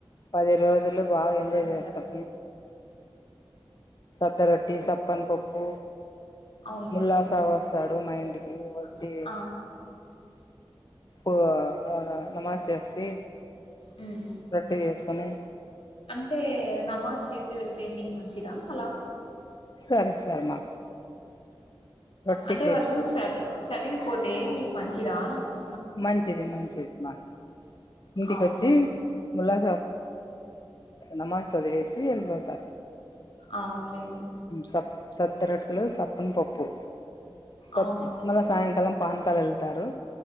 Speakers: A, on the left (about 50°); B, on the left (about 75°).
A: పది రోజులు బాగా ఎంజాయ్
B: పండగ.
A: చేస్తాం సద్ద రొట్టి సప్పన్ పప్పు
B: అవునులేండి.
A: ముల్లా సావాసాలు ఈ వచ్చి
B: అ ఆ!
A: ప్పుగా నమజ్ చెసి
B: హ్మ్.
A: రొట్టే చేసుకుని
B: అయితే నమాజ్ చేసి వెళ్తే మీకు మంచిదా అలా
A: ఇస్తారు ఇస్తారు మాకు రొట్టె
B: అంటే
A: చేసి
B: వాళ్ళు చర చర చదివిపోతే మీకు మంచిదా అని అడుగు
A: మంచిది మంచిది మంచి ఇంటికి
B: అవునులేండి.
A: వచ్చి ముల్లాస నమాజ్ వదిలేసి వెళ్ళిపోతారు
B: అవునులేండి.
A: స సత్తరట్లు సప్పన్ పప్పు ప
B: అవునవునులేండి.
A: మళ్ళ సాయంకాలం పానాకం క్కలు వెళ్తారు